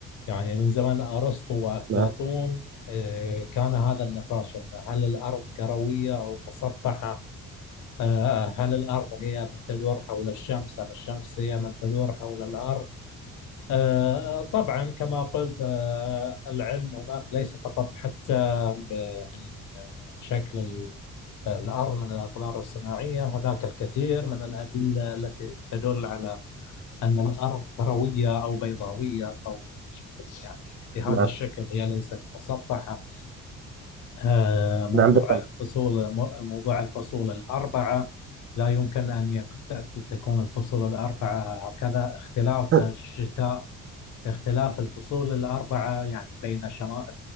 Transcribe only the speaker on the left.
يعني من زمن أرسطو وأفلاطون
آه كان هذا النقاش أن هل الأرض كروية أو مسطحة آه هل الأرض هي من تدور حول الشمس أم الشمس هي من تدور حول الأرض آه، طبعا كما قلت آه، العلم هناك ليس فقط حتى ب- من شكل ال- الأرض من الأقمار الصناعية هناك الكثير من الأدلة التي تدل على أن الأرض كروية أو بيضاوية أو يعني بهذا
الشكل هي ليست مسطحة آه، موضوع
الفصول مو- موضوع الفصول الأربعة لا يمكن أن يكون تكون الفصول الأربعة هكذا اختلاف
الشتاء اختلاف الفصول الأربعة يعني بين شمال